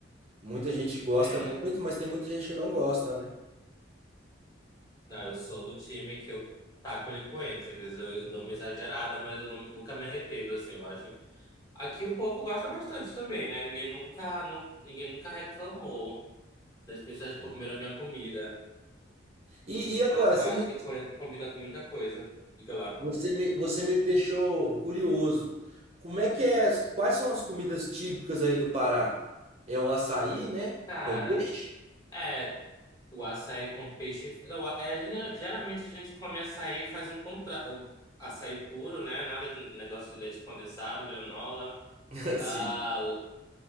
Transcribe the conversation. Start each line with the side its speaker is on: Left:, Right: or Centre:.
Right: muita gente gosta
Left: É.
Right: muito, mas tem muita gente que não gosta, né?
Left: Não, eu sou do time que eu taco-lhe coentro. Às vezes eu, eu dou uma exagerada, mas eu não- nunca me arrependo, assim. Eu acho. Aqui o povo gosta bastante também, né? Ninguém nunca, nu- ninguém nunca reclamou. das pessoas que
Right: Sim.
Left: comeram a minha comida.
Right: E, e agora,
Left: Mas eu
Right: você
Left: acho
Right: me
Left: que coentro combina com muita coisa. Diga lá.
Right: Você me, você me deixou curioso. Como é que é? as- Quais são as comidas típicas aí do Pará? É o açaí, né?
Left: Cara,
Right: Com peixe?
Left: é. O açaí com peixe. Não, é, a gente- geralmente a gente come açaí e faz um contra... o açaí puro, né? Nada de negócio de leite condensado, granola,
Right: <laughs> Assim.
Left: ah,